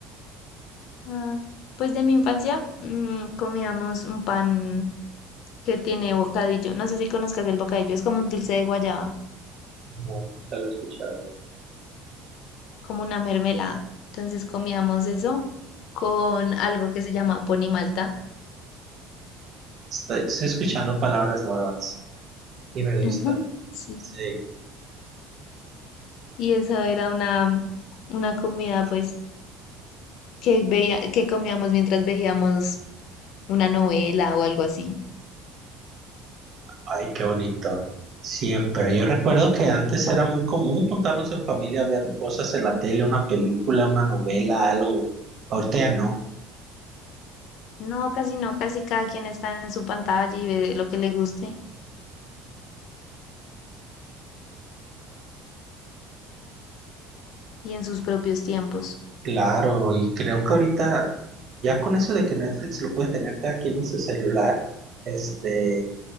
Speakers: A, on the left (about 50°); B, on the right (about 35°).
A: Ah, pues de mi infancia mm, comíamos un pan que tiene bocadillo. No sé si conozcas el bocadillo, es como un dulce de guayaba,
B: No, nunca lo he escuchado.
A: como una mermelada. Entonces comíamos eso con algo que se llama ponimalta.
B: Estoy, estoy escuchando palabras nuevas y me gusta
A: Ujú, Sí.
B: Sí,
A: Y eso era una, una comida pues que veía, que comíamos mientras veíamos una novela o algo así.
B: ay, qué bonito. Siempre. Yo recuerdo que antes era muy común juntarnos en familia a ver cosas en la tele, una película, una novela, algo. Ahorita ya no.
A: No, casi no, casi cada quien está en su pantalla y ve lo que le guste y en sus propios tiempos.
B: Claro, y creo que ahorita, ya con eso de que Netflix lo puede tener cada quien en su celular, este,